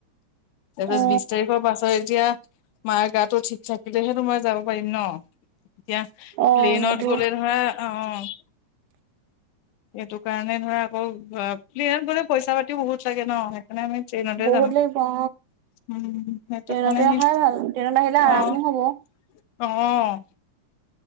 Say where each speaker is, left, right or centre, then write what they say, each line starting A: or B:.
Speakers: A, on the left; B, on the right.
A: তাৰপিছৰ
B: অ
A: বিশ তাৰিখৰ পাছত এতিয়া মাৰ গাটো ঠিক থাকিলেহে তোমাৰ যাব পাৰিম ন'। এতিয়া
B: অ
A: প্লেইনত
B: সেইটো
A: গ'লে ধৰা অ' এইটো কাৰণে ধৰা আকৌ, প্লেনত গ'লে পইচা পাতিও বহুত লাগে ন'। মানে আমি ট্ৰেইনতে
B: বহুত
A: যাম। উম,
B: লাগিব অ
A: সিহঁতক
B: ট্ৰেইনতে
A: মানে,
B: অহাই ভাল ট্ৰেইনত আহিলে আৰামো
A: অ',
B: হব
A: অ'।